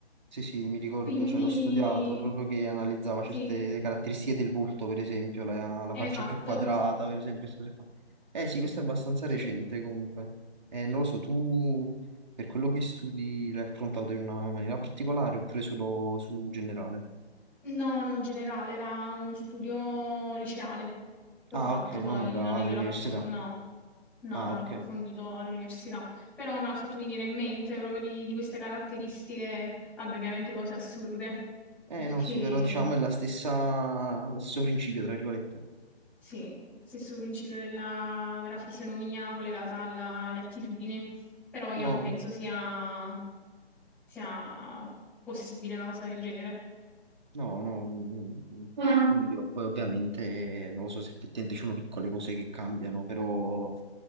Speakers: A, on the right; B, in the centre.
A: sì, sì, mi ricordo,
B: Quindi
A: cioè, l'ho studiato proprio che analizzava certe
B: sì,
A: caratteristiche del volto, per esempio, la, la
B: esatto.
A: faccia più quadrata, per esempio, queste cose qua. Eh sì, questo è abbastanza
B: Sì.
A: recente comunque. Eh, non lo so, tu per quello che studi l'hai affrontato in una maniera particolare oppure solo su generale?
B: No, no, generale, era uno studio liceale che
A: Ah,
B: ho fatto
A: ok, non
B: poi,
A: era
B: non è
A: dell'università.
B: che l'ho approfondito, no, no,
A: Ah,
B: non
A: ok.
B: l'ho approfondito all'università, però me l'ha fatto venire in mente proprio di, di queste caratteristiche, vabbè, ovviamente cose assurde,
A: Eh
B: perché
A: no, sì, però diciamo è la stessa, lo stesso principio, tra virgolette.
B: sì, stesso principio della, della fisionomia collegata alla- alle attitudini, però io
A: No,
B: non penso sia, sia possibile una cosa del genere.
A: no, no, mm, mm, non io. Poi ovviamente non lo so se effettivamente ci sono piccole cose che cambiano, però